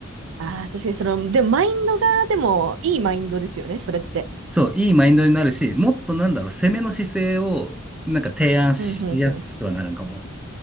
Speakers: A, on the right; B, in the centre.
A: ああ、確かにその、でもマインドが、でも、いいマインドですよね、それって。
B: そう、いいマインドになるし、もっとなんだろう、攻めの姿勢をなんか提案しやすくはなるんかも。
A: うんうんうん。